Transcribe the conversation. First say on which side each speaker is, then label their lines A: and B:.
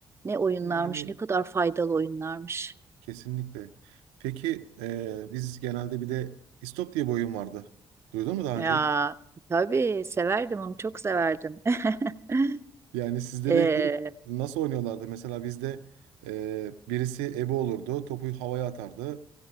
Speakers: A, on the right (about 20°); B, on the right (about 70°).
A: ne oyunlarmış
B: Yani
A: ne kadar faydalı oyunlarmış.
B: kesinlikle. Peki eee, biz genelde bir de istop diye bir oyun vardı. Duydun mu daha
A: Ya
B: önce?
A: tabii severdim onu çok severdim. <laughs>
B: Yani sizde
A: Ee,
B: de şey, nasıl oynuyorlardı? Mesela bizde e, birisi ebe olurdu, topu havaya atardı.